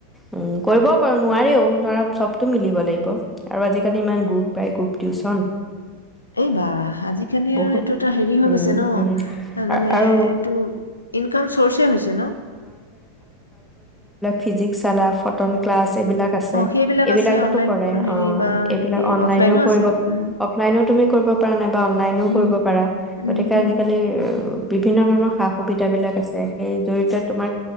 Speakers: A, in the centre; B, on the left.
A: উম কৰিবো নোৱাৰেও ধৰা চব। তু মিলিব লাগিব আৰু আজিকালি ইমান গ্ৰুপ পায় গ্ৰুপ টিউচন।
B: এইবাহ! আজিকালি
A: বহুত
B: আৰু এইটো এটা হেৰি হৈ
A: উম,
B: গৈছে ন
A: উম,
B: মানে
A: আ- আৰু
B: এইটো ইনকাম চৰ্ছে হৈছে ন?
A: ফিজিক্সশালা, ফটন ক্লাছ। এইবিলাক আছে।
B: অ সেইবিলাক
A: এইবিলাকতো
B: আছে অনলাইন
A: কৰে।
B: হেৰি
A: অ
B: বা
A: এইবিলাক
B: এনেকে
A: অনলাইনও
B: অফলাইনো
A: কৰিব।
B: আছে উম
A: অফলাইনও তুমি কৰিব পৰা নাই। বা অনলাইনও
B: উম
A: কৰিব পাৰা,
B: উম
A: গতিকে
B: উম
A: আজিকালি ও বিভিন্ন ধৰণৰ সা সুবিধাবিলাক আছে সেই জৰি়য়তে তোমাৰ